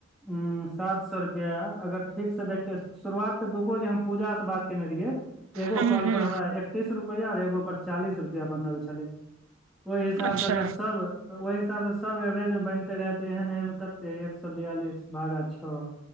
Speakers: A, in the centre; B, on the right.
A: उं सात सौ रुपया अगर ठीक से देखतै शुरुआत के दूगो जे हम पूजा से बात केने रहियै एगो
B: हूँ
A: काॅल
B: हूँ
A: पर हमरा एकतीस रुपैया आओर एगो पर चालीस रुपया बनल छलै। ओहि हिसाबसँ
B: अच्छा
A: अगर सब तऽ ओहि हिसाबसँ सब एवरेजमे बनिते रहै तऽ एहन एहन कते एक सए बियालिस भागा छओ